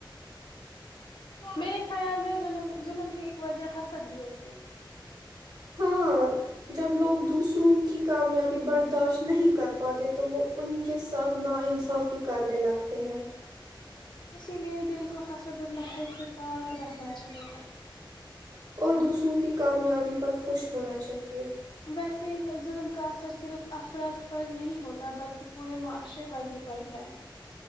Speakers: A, on the left (about 65°); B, on the right (about 50°).
A: میرے خیال میں ظ ظلم کی ایک وجہ حسد بھی ہوتی ہے
B: ہاں جب لوگ دوسروں کی کامیابی برداشت نہیں کر پاتے تو وہ ان کے ساتھ نا انصافی کرنے لگتے ہیں
A: اسی لیے دل کو حسد النفیت سے پاک رکھنا چاہیے
B: اور دوسروں کی کامیابی پر خوش ہونا چاہیے
A: ویسے ظلم کا اثر صرف افراد پر نہیں ہوتا بلکہ پورے معاشرے پر بھی پڑتا ہے